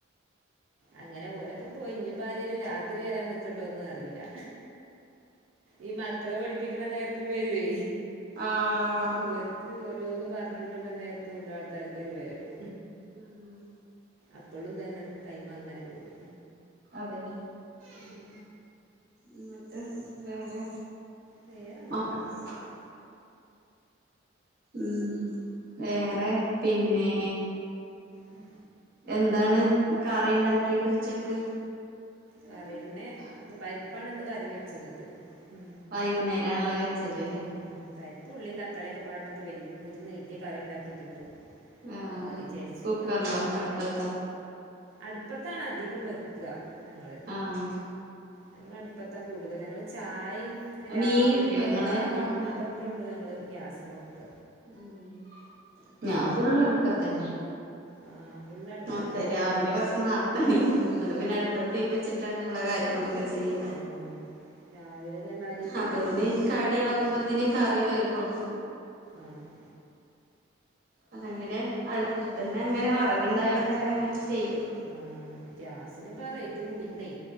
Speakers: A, on the right; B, on the right.
A: അങ്ങനെ ഓലൊക്കെ പോയ് ഞ്ഞ്പ്പാരേലും രാത്രി വരാന്ന്ക്ക്ണ്ടോന്നും അറീലാ ഈ മക്കളെ പഠിപ്പ്ക്ക്ണെ നേര്ത്തും വരുവേ
B: ആഹ്
A: ഓര്ക്ക് ഓരോന്ന് പറഞ്ഞെടുക്കണ്ട നേരത്തൂണ്ട് ആൾക്കാര്ക്കൊരു വരവ്
B: ആഹ്
A: അപ്പൊളും തന്നെ ടൈം അങ്ങനെ പോകും
B: അതെന്നെ
A: ഉം
B: എന്നിട്ട് വേറെ?
A: നേരെന്താ?
B: മക്ക
A: ഒപ്പംമതി
B: ഉം വേറെ പിന്നേ
A: ഉം
B: എന്താണ് കറി ഇണ്ടാക്കിയത് ഉച്ചക്ക്
A: കറിയെന്നെ ഇത് പരിപ്പാണ്ന്ന് കറി വെച്ച്ന്നിട്ട് ഉം
B: വൈകുന്നേരം ആണല്ലോ വെച്ചത് ലേ
A: ഉം പരിപ്പ് ഉള്ളിയും തക്കാളിയൊക്കെ പാട്ടിട്ട് വൽ ഒരു നീട്ടിയ കറി ഇണ്ടാക്കീട്ടുണ്ട്
B: ആഹ്
A: അ മതി വിചാരിച്ചു.
B: കുക്കറിലോ അടുപ്പത്തോ
A: അടുപ്പത്താണ് അധികം വെക്കുക ഞങ്ങള്
B: ആഹ്
A: ഞങ്ങ അടുപ്പത്താ കൂടുതല് ഞങ്ങൾ ചായയും രാവിലത്തെ
B: മീൻ കിട്ടിയോ ഇങ്ങളെ
A: കറി
B: അവ്ട്ന്ന്
A: അതൊ ഒക്കെ ഉള്ളൂ ഞങ്ങള് ഗ്യാസുമ്മൊക്ക
B: ഉം ഞാൻ ഫുുള്ളടുപ്പത്തന്നെ
A: ആ ഫുള്ള് അടുപ്പത്ത്
B: മൊത്തം
A: തന്നെ
B: രാവിലെ
A: വെക്കൽ
B: കുറച്ച് നാർത്തെണീക്കും എന്നിട്ട് പിന്നെ അടുപ്പ തീ വെച്ചിട്ടാണ് ഞമ്മളെ കാര്യങ്ങളൊക്കെ ചെയ്യ
A: ആ രാവിലെ ഇതേമാതിരി കുട്ടികൾക്ക്
B: അപ്പത്തിന് കടി ആകുമ്പോത്തിന് കറി വേകും
A: ആഹ്
B: അതങ്ങനെ അടുപ്പത്തന്നെ അങ്ങനെവെറകുണ്ടായോണ്ട് അങ്ങനെ അങ്ങനെ ചെയ്യും
A: ആ ഗ്യാസിന്പ്പോ റൈറ്റ് കൂടിക്കണേ